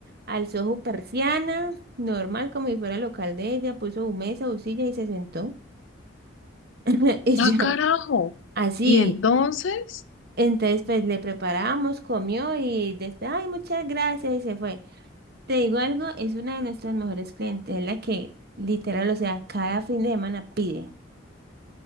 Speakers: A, on the right; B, on the left.
A: alzó su persiana, normal como si fuera el local de ella, puso su mesa, su silla y se sentó. <laughs> Y
B: ¡Ah,
A: yo,
B: carajo!
A: así.
B: Y entonces,
A: Entonces, pues le preparamos, comió y después, ay, muchas gracias y se fue. Te digo algo, es una de nuestras mejores clientes, es la que literal, o sea, cada fin de semana pide.